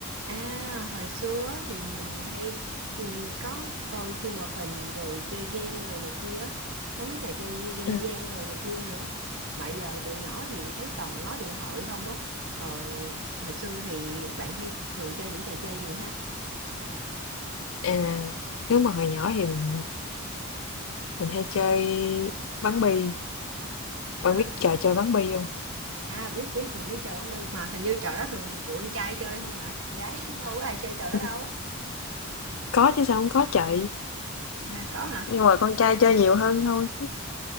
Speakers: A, on the right (about 65°); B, on the left (about 65°).
A: À, hồi xưa á thì mình hay ừm, có coi phim hoạt hình rồi chơi game đồ này kia, á. có mấy trò chơi dân dân
B: Ừm,
A: gian đồ này kia nữa. Mà giờ tụi nhỏ thì thấy toàn ngó điện thoại không á. Ờ, hồi xưa thì bạn hay thường chơi những trò chơi gì ha?
B: à, nếu mà hồi nhỏ thì mình mình hay chơi bắn bi, bạn
A: À,
B: biết trò chơi bắn bi không
A: à biết biết mình biết trò bắn bi mà hình như trò đó thường tụi con trai chơi không mà gái đâu có ai chơi trò đó
B: <laughs>
A: đâu.
B: Có chứ sao không có trời,
A: À có hả?
B: nhưng mà con trai chơi nhiều hơn thôi.